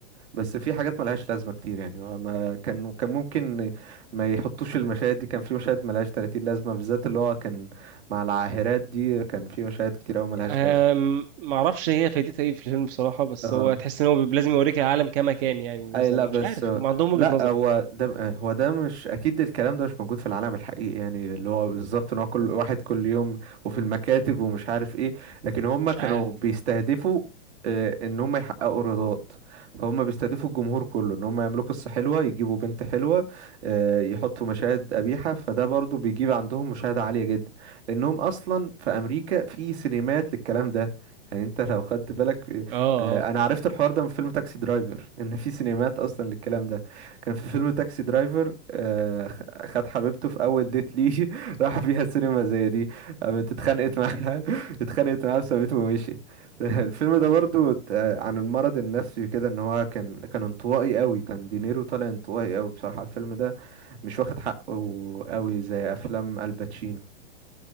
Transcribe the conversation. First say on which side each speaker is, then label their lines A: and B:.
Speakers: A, on the right (about 80°); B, on the right (about 55°).
A: بس في حاجات ملهاش لازمه كتير يعني هو ما كان كان ممكن ما يحطوش المشاهد دي كان في مشاهد ملهاش 30 لازمه بالذات اللي هو كان مع العاهرات دي كان في مشاهد كتير قوي ملهاش
B: أم...
A: لازمه
B: ما اعرفش هي فايدتها ايه في الفيلم بصراحه بس
A: اه
B: هو تحس ان هو بيب- لازم يوريك العالم كما كان يعني مثلا
A: اي لا
B: مش
A: بس
B: عارف هم عندهم
A: لا
B: وجهه نظر
A: هو ده هو ده مش اكيد الكلام ده مش موجود في العالم الحقيقي يعني اللي هو بالظبط ان هو كل واحد كل يوم وفي المكاتب ومش عارف ايه لكن هم
B: مش
A: كانوا
B: عارف
A: بيستهدفوا آه، ان هم يحققوا رضات فهم بيستهدفوا الجمهور كله ان هم يعملوا قصة حلوة يجيبوا بنت حلوة آه، يحطوا مشاهد قبيحة فده برضو بيجيب عندهم مشاهدة عالية جدا لانهم اصلا في امريكا في سينمات للكلام ده يعني انت لو خدت بالك
B: اه
A: آه،
B: اه
A: انا عرفت الحوار ده من فيلم تاكسي درايفر ان في سينمات اصلا للكلام ده كان في فيلم تاكسي درايفر آه، خ- خد حبيبته في اول ديت ليه <laughs> راح فيها سينما زي دي قامت اتخانقت معاها <laughs> اتخانقت معاها وسابته ومشيت <laughs> الفيلم ده برضو ت- آه، عن المرض النفسي كده ان هو كان كان انطوائي قوي كان دينيرو طالع انطوائي قوي بصراحة الفيلم ده مش واخد حقه قوي زي افلام الباتشينو